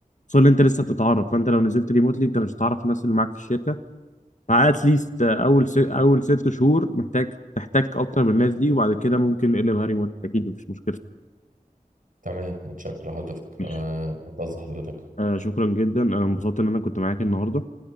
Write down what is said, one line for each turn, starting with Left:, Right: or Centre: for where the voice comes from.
Left: خصوصا ان انت لسه بتتعرف فانت لو نزلت ريموتلي انت مش هتعرف الناس اللي معاك في الشركة فات ليست اول س... اول ست شهور محتاج تحتك اكتر بالناس دي وبعد كده ممكن نقلبها ريموت اكيد مفيش مشكلة
Right: تمام متشكر لحضرتك
Left: ماشي
Right: انا فهمت قصد حضرتك
Left: آه شكرا جدا انا انبسطت ان انا كنت معاك النهارده